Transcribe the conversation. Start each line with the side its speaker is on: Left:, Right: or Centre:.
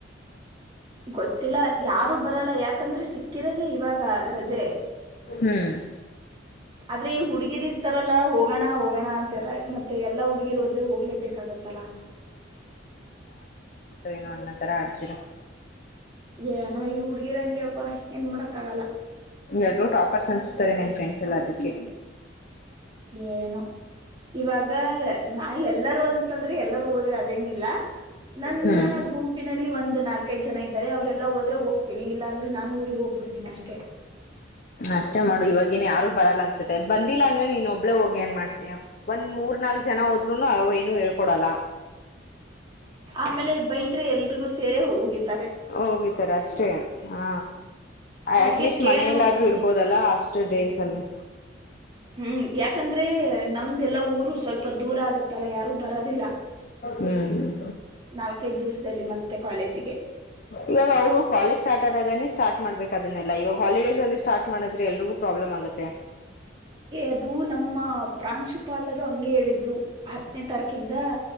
Right: ಗೊತ್ತಿಲ್ಲ ಯಾರು ಬರಲ್ಲ ಯಾಕಂದ್ರೆ ಸಿಕ್ಕಿರದೇ ಇವಾಗ ರಜೆ
Left: ಹ್ಮ್
Right: ಆದ್ರೆ ಈ ಹುಡ್ಗಿರಿ ಇರ್ತಾರಲ್ಲ ಹೋಗಣ ಹೋಗೋಣ ಅಂತರ ಮತ್ತೆ ಎಲ್ಲಾ ಹುಡ್ಗಿರು ಹೋದ್ರೆ ಹೋಗ್ಲೇಬೇಕಾಗತ್ತಲ್ಲ
Left: ಏನುೋ ಅನ್ನೋ ಥರ ಆಡ್ತೀರ
Right: ಏನೋ ಈ ಹುಡ್ಗಿರಂಗೆ ವಾಾಯ್ ಏನು ಮಾಡೋಕ್ಕಾಗಲ್ಲ
Left: ಎಲ್ರೂ ಟಾಪರ್ಸ್ ಅನ್ಿಸತಾರೆ ನನ್ ಫ್ರೆಂಡ್ಸ್ ಎಲ್ಲ ಅದಕ್ಕೆ
Right: ಏನುೋ ಇವಾಗ ನಾ ಎಲ್ಲರೂ ಅಂತಂದ್ರೆ ಎಲ್ಲರೂ ಹೋದ್ರೆ ಅದೇನಿಲ್ಲ ನನ್ನ
Left: ಹ್ಮ್
Right: ಗುಂಪಿನಲ್ಲಿ ಒಂದ್ ನಾಲ್ಕೈದ್ ಜನ ಇದ್ದಾರೆ ಅವ್ರೆಲ್ಲಾ ಹೋದ್ರೆ ಹೋಗ್ತೀನಿ ಇಲ್ಲಾ ಅಂದ್ರೆ ನಾನು ಊಗ್ ಹೋಗ್ಬಿಡ್ತೀನಿ ಅಷ್ಟೆ
Left: ಅಷ್ಟೇ ಮಾಡು ಇವಾಗೇನ್ ಯಾರು ಬರಲ್ಲ ಅನ್ಸುತ್ತೆ ಬಂದಿಲ್ಲ ಅಂದ್ರೆ ನೀನ್ ಒಬ್ಬಳೇ ಹೋಗ ಏನ್ ಮಾಡ್ತ ಒಂದ್ ಮೂರ್ ನಾಲ್ಕ ಜನ ಹದ್ರುೂ ಅವರು ಹೇಳ್ಕೊಡಲ್ಲ
Right: ಆಮೇಲೆಬ್ಬೈ ಇದ್ರೆ ಎಲ್ರಿಗೂ ಸೇರೆ ಹ ಹೋಗಿತ್ತು
Left: ಹೋಗಿತಾರೆ ಅಷ್ಟೇ ಹ
Right: ಅದ್ಕೆ
Left: ಅಟ್ಲೀಸ್ಟ್
Right: ಕೇಳ್
Left: ಮನೆಯಲ್ಲಾದ್ರೂ
Right: ನೋಡ್ತೀನಿ
Left: ಇರ್ಬೋದಲ್ಲಾ ಅಷ್ಟ ಡೇಸ್ ಅಲ್ಲೇ
Right: ಹ್ಮ್ ಯಾಕಂದ್ರೆ ನಮ್ದೆಲ್ಲಾ ಊರು ಸ್ವಲ್ಪ ದೂರ ಆಗತ್ತಲ್ಲ ಯಾರು ಬರೋದಿಲ್ಲ
Left: ಹ್ಮ್ ಹ್ಮ್
Right: ನಾಲ್ಕೈದ್ ದಿವಸದಲ್ಲಿ ಮತ್ತೆ ಕಾಲೇಜಿಗೆ
Left: ಇವಾಗ ಅವರು ಕಾಲೇಜ್ ಸ್ಟಾರ್ಟ್ ಆದಾಗನೇ ಸ್ಟಾರ್ಟ್ ಮಾಡ್ಬೇಕು ಅದನ್ನಲ್ಲ ಇವಾಗ ಹಾಲಿಡೇಸ್ಲ್ಲಿ ಸ್ಟಾರ್ಟ್ ಮಾಡಿದ್ರೆ ಎಲ್ರಿಗೂ ಪ್ರಾಬ್ಲಮ್ ಆಗುತ್ತೆ
Right: ಅದು ನಮ್ಮ ಪ್ರಾಂಶುಪಾಲರು ಹಂಗೆ ಹೇಳಿದ್ದು ಹತ್ತನೇ ತಾರೀಕಿಂದ